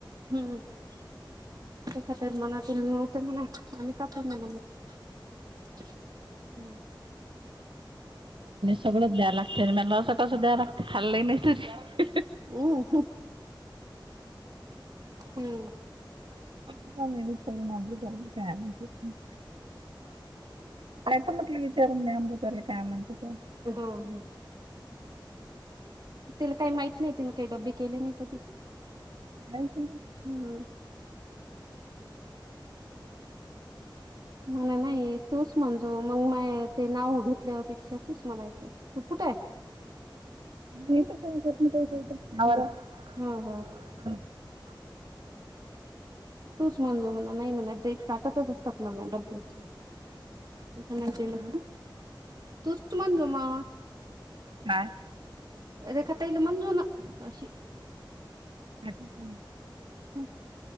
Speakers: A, on the right; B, on the right.
A: हम <inaudible> ते खातात मनाची म्हणा आमी का तेच म्हटल मग <inaudible> हम
B: सगळं द्याय लागतंय म्हणाव तस द्याय लागतंय खाल्लंही नाही तर
A: हम <inaudible> ह.
B: काय <unintelligible> आता म्हटलं विचारून न्याव म्हटल त्याला काय म्हणत ते.
A: हम्म तिला काय माहित नाही तिने काय डब्बे केले नाही कधी
B: नाही त
A: हम्म
B: <unintelligible>
A: मला नाही तूसं म्हणजो मग मा ते नाव घेतल्यापेक्षा तूच <unintelligible>
B: नाही तर
A: ह
B: आवार
A: ह ह
B: <unintelligible>
A: तूच म्हणजो म्हला नाही म्हणा ते ताटतच असतात म्हला डबब्याचे मता
B: हा
A: तूमान जमा
B: बाय
A: रेखा ताईला म्हण जोना अशी <inaudible>
B: हाठ <inaudible>
A: हम्म.